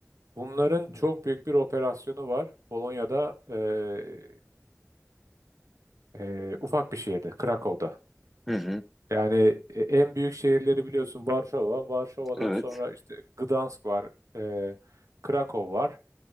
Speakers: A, on the right; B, in the centre.
A: bunların çok büyük bir operasyonu var. Polonya'da e, e, ufak bir şehirde, Krakow'da.
B: hı hı.
A: Yani e, en büyük şehirleri biliyorsun Varşova. Varşova'dan
B: Evet,
A: sonra işte Gdansk var, e, Krakow var.